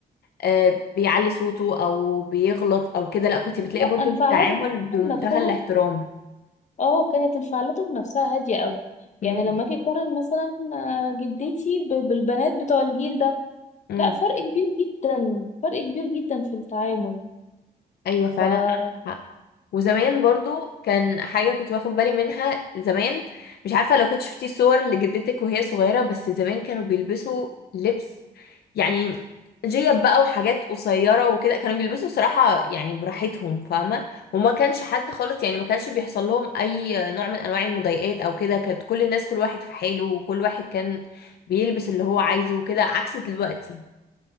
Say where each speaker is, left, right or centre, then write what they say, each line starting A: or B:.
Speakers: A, on the left; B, on the left.
A: آه، بيعلي صوته او بيغلط او كده لا كنت بتلاقي
B: لا
A: برضو
B: انفعالاتهم
A: التعامل بمنتهى
B: نفسها
A: الاحترام
B: اه كانت انفعالاتهم نفسها هادية قوي يعني
A: امم
B: لما اجي اقارن مثلا آه، جدتي ب- بالبنات بتوع الجيل ده
A: امم
B: لا فرق كبير جدا فرق كبير جدا في التعامل
A: ايوه فعلا
B: ف
A: عندك حق. وزمان برضو كان حاجة كنت واخد بالي منها زمان مش عارفة لو كنت شفتي صور لجدتك وهي صغيرة بس زمان كانوا بيلبسوا لبس يعني جيب بقى وحاجات قصيرة وكده كانوا بيلبسوا صراحة يعني براحتهم فاهمة وما كانش حد خالص يعني ما كانش بيحصل لهم أي نوع من أنواع المضايقات أو كده كانت كل الناس كل واحد في حاله وكل واحد كان بيلبس اللي هو عايزه وكده عكس دلوقتي